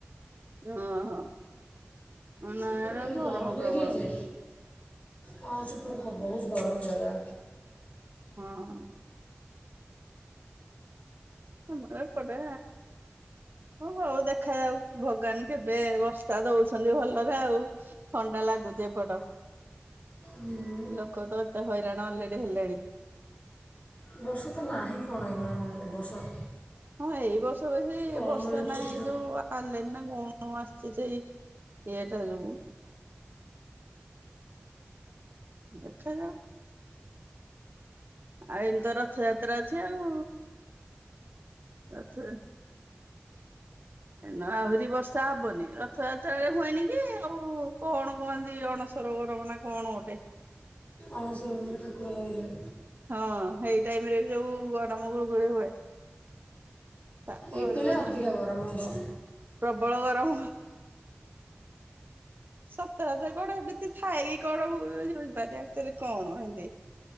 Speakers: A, on the right; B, on the left.
A: ହଁ ହଁ ନା
B: ସେପଟେ
A: ଏରା
B: ଭାରି
A: ଗରମ ପ୍ରବଳ।
B: ଏରିଆ ଯେ ହଁ ସେପଟେ ହଁ ବହୁତ ଗରମ ଜାଗା।
A: ହଁ। ଆମର ଏପଟେ ଓ ହଉ ଦେଖାଯାଉ ଭଗବାନ କେବେ ବର୍ଷା ଦଉଛନ୍ତି ଭଲରେ ଆଉ। ଥଣ୍ଡା ଲାଗୁ ଯେ ଏପଟ।
B: ହୁଁ।
A: ଲୋକ ତ ଏତେ ହଇରାଣ ଅଲରେଡି ହେଲେଣି।
B: ବର୍ଷା ତ ନାହିଁ କଣ ଏ ମାନେ ଏ ବର୍ଷ।
A: ହଁ ଏଇ ବର୍ଷ ବେଶୀ
B: କମ୍
A: ବର୍ଷା
B: ଲୋକ
A: ନାହିଁ
B: ଥିଲେ
A: ଏଇ ଯୋଉ ପାରିଲେନି ନା କଣ ଆସିଛି ଯେ ଏଇ ଇୟେଟା ଯୋଗୁ। ଦେଖାଯାଉ। ଆଉ ଏମିତ ରଥଯାତ୍ରା ଅଛି ଆଉ ରଥଯ ନା ଆହୁରି ବର୍ଷା ହବନି ରଥଯାତ୍ରାରେ ହୁଏନି କି ଆଉ କଣ କୁହନ୍ତି ଅଣ ସ ସରବରଙ୍ଗ ନା କଣ ଗୋଟେ।
B: ଅଣସରଭର ଠାକୁର ରହିଲେ।
A: ହଁ ସେଇ ଟାଇମ ରେ ବି ସବୁ ଗରମ ଗୁଳୁଗୁଳି ହୁଏ। ତାପରେ
B: ଏତେବେଳେ
A: ବୋଧେ
B: ଅଧିକା ଗରମ ହବ।
A: ପ୍ରବଳ ଗରମ। ସତ କଥା କଣ ଏମିତି ଥାଏ କିି କଣ ମୁଁ ବି କିଛି ବୁଝିପାରେନି ଆକଚୁଆଲି କଣ ଏମତି।